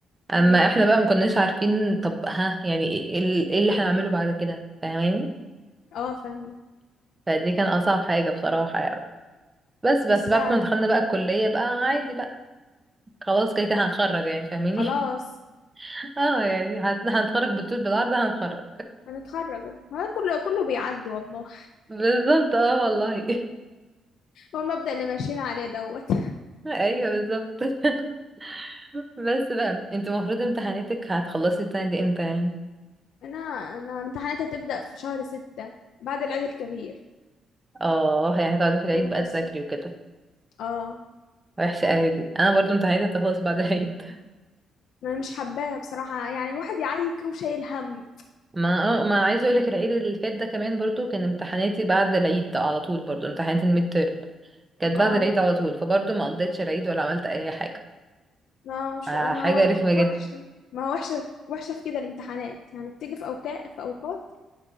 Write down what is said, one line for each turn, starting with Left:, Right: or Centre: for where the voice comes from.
Right: اما
Left: ما
Right: احنا بقى ما كناش عارفين طب ها يعني ايه إيه ال- إيه اللي هنعمله بعد كده فاهماني
Left: اه فاهمه
Right: فدي كان اصعب حاجة بصراحة يعني. بس
Left: بس
Right: بس
Left: لا
Right: بعد ما دخلنا بقى الكلية بقى عادي بقى خلاص كده كده هنتخرج يعني فاهماني
Left: خلاص
Right: <laughs> اه يعني هت- هنتخرج بالطول بالعرض هنتخرج
Left: هنتخرج أهو. هو كله كله بيعدي والله
Right: بالظبط اه والله
Left: هو المبدأ اللي ماشيين عليه دوت
Right: <laughs> ايوه بالظبط <laughs> بس بقى انت المفروض امتحاناتك هتخلصي السنة دي امتى يعني
Left: <laughs> انا انا امتحاناتي هتبدأ في شهر ستة بعد العيد الكبير
Right: اه يعني هتقعدي في العيد
Left: انا
Right: بقى
Left: لسه
Right: تذاكري وكده
Left: اه
Right: وحشة قوي دي انا برضو امتحاناتي هتخلص بعد العيد
Left: ما أنا مش حباها بصراحة يعني الواحد يعيك وشايل هم
Right: ما اه ما عايزه اقول لك العيد اللي فات ده كمان برضو كان امتحاناتي بعد العيد على طول برضو امتحانات الميد تيرم كانت
Left: اه
Right: بعد العيد على طول فبرضو ما قضيتش العيد ولا عملت اي حاجه
Left: ما مش
Right: آه،
Left: ما
Right: حاجه
Left: هو
Right: رخمه
Left: وحشة
Right: جدا
Left: ما هو وحشة وحشة في كده الامتحانات يعني بتيجي في أوقات في أوقات